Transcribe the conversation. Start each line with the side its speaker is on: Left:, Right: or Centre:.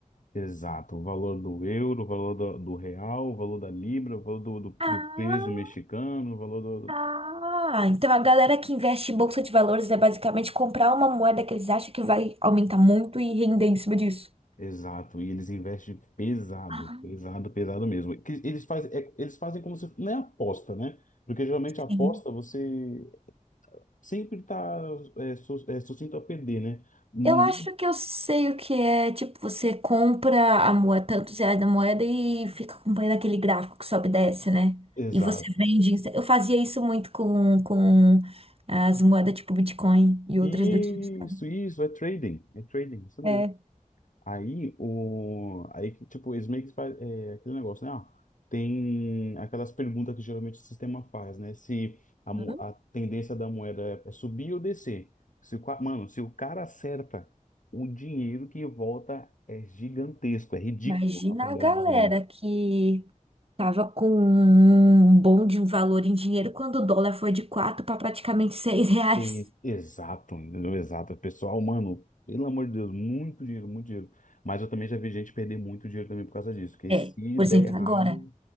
Left: Exato, o valor do euro, o valor do, do real, o valor da libra, o valor do, do,
Right: Ah,
Left: do peso mexicano, o valor do...
Right: ah.
Left: do-
Right: Então a galera que investe em bolsa de valores é basicamente comprar uma moeda que eles acham que vai aumentar muito e render em cima disso.
Left: Exato, e eles investem pesado,
Right: Ah,
Left: pesado, pesado mesmo. Que Eles fazem, é- eles fazem como se... Não é aposta, né? Porque geralmente a aposta
Right: sim.
Left: você sempre está é, su- é, sucinto a perder, né? Hum,
Right: Eu acho que eu sei o que é. Tipo, você compra a moeda, tantos reais da moeda e fica acompanhando aquele gráfico que sobe e desce, né?
Left: Exato.
Right: E você vende. Eu fazia isso muito com, com as moedas tipo Bitcoin e
Left: Isso,
Right: outras do tipo, sabe?
Left: isso, é trading, é trading, isso mesmo.
Right: É.
Left: Aí, o... aí, que, tipo, eles meio que fazem é, aquele negócio, né? Ah, tem aquelas perguntas que geralmente o sistema faz, né? Se a, mo-
Right: Hã?
Left: a tendência da moeda é é subir ou descer. Se o... ca- Mano, se o cara acerta, o dinheiro que volta é gigantesco, é ridículo
Right: Imagina
Left: a quantidade
Right: a galera
Left: de dinheiro.
Right: que tava com um bom de um valor em dinheiro quando o dólar foi de 4 para praticamente 6 reais.
Left: Sim, exato, entendeu? Exato. Pessoal, mano, pelo amor de Deus, muito dinheiro, muito dinheiro. Mas eu também já vi gente perder muito dinheiro também por causa disso, porque
Right: É,
Left: se
Right: por
Left: der
Right: exemplo,
Left: errado.
Right: agora.